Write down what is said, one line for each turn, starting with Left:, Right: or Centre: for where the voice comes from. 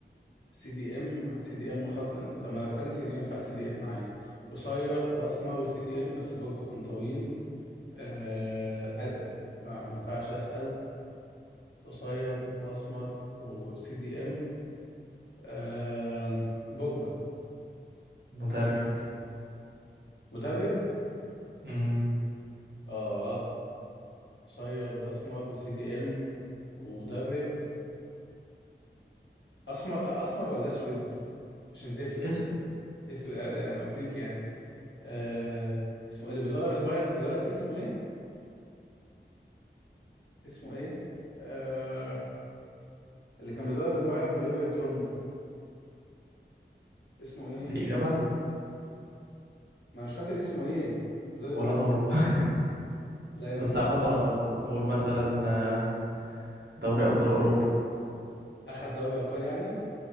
Left: سي دي ام سي دي ام خط طب ما كانتي ينفع سي دي ام عادي قصير واسمر وسي دي ام بس بوجبه كان طويل آه... آه... آه، ما ينفعش اسال قصير واسمر وسي دي ام آه... بوجبه
Right: مدرب
Left: مدرب
Right: مم.
Left: اه قصير واسمر وسي دي ام ومدرب اسمر آه، اسمر ولا اسود عشان تفرق
Right: اسود
Left: اسود آه، يعني افريقي يعني آه... اسمه إيه اللي بيدرب البايرن دلوقتي اسمه ايه اسمه ايه آه... اللي كان بيدرب البايرن وايفرتون اسمه ايه
Right: دي إجابة
Left: اسمه... ما مش فاكر اسمه ايه مدرب
Right: ولا
Left: الب...
Right: أنا والله
Left: لا يبقى
Right: بس
Left: مش
Right: عامة غلط نقول مثلا آه، دوري أبطال أوروبا
Left: اخد دوري ابطال يعني